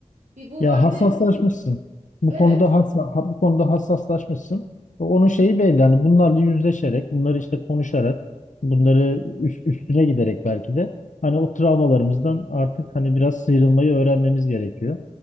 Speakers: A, on the right; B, on the left.
A: Bir bu
B: Ya
A: var
B: hassaslaşmışsın.
A: bir de
B: Bu
A: evet.
B: konuda hassa, ha- bu konuda hassaslaşmışsın. E, Onun şeyi belli. Hani bunlarla yüzleşerek, bunları işte konuşarak, bunları üst- üstüne giderek belki de hani o travmalarımızdan artık hani biraz sıyrılmayı öğrenmemiz gerekiyor.